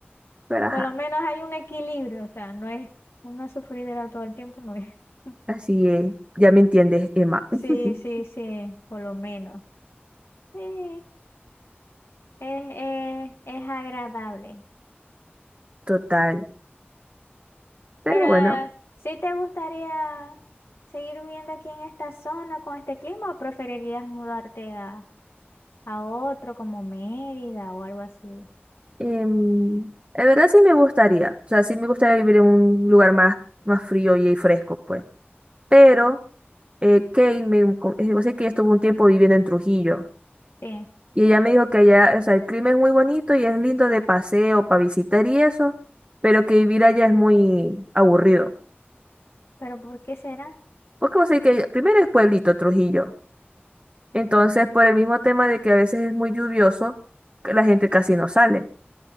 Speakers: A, on the right; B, on the left.
A: Pero ajá,
B: por lo menos hay un equilibrio, o sea, no es una sufridera todo el tiempo, no es. <laughs>
A: así es. Ya me entiendes, Emma.
B: Sí,
A: <laughs>
B: sí, sí, por lo menos. Sí, es, es, es agradable.
A: Total. Pero
B: Pero,
A: bueno,
B: ¿sí te gustaría seguir viviendo aquí en esta zona con este clima o preferirías mudarte a, a otro como Mérida o algo así?
A: em, en verdad sí me gustaría. O sea, sí me gustaría vivir en un lugar más, más frío y fresco, pues. Pero eh, Kate, me, co- eh, yo sé que ella estuvo un tiempo viviendo en Trujillo.
B: Sí,
A: Y ella me dijo que allá, o sea, el clima es muy bonito y es lindo de paseo, para visitar y eso, pero que vivir allá es muy aburrido.
B: pero ¿por qué será?
A: Porque vos sabés que primero es pueblito Trujillo. Entonces, por el mismo tema de que a veces es muy lluvioso, que la gente casi no sale.